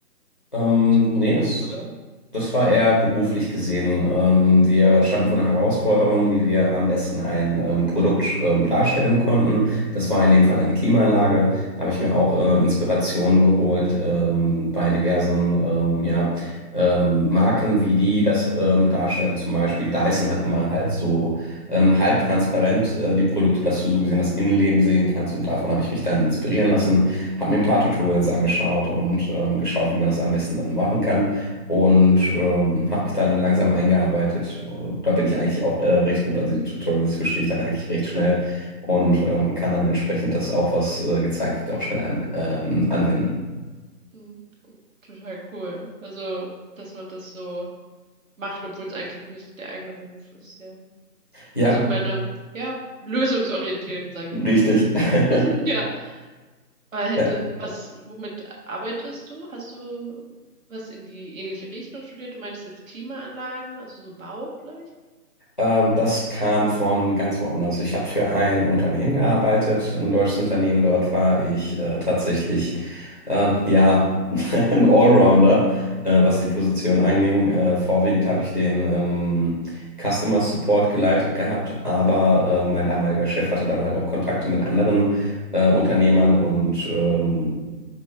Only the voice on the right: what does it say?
zum
Beruf
oder?
Mhm. Total cool. Also, dass man das so macht, obwohl es eigentlich nicht der eigene Beruf ist, ja.
Also ich meine, ja, lösungsorientiert, sage
ich mal.
<laughs> Ja. Aber hätte,
was, womit arbeitest du? Hast du was in die ähnliche Richtung studiert? Du meinst jetzt Klimaanlagen, also so Bau vielleicht?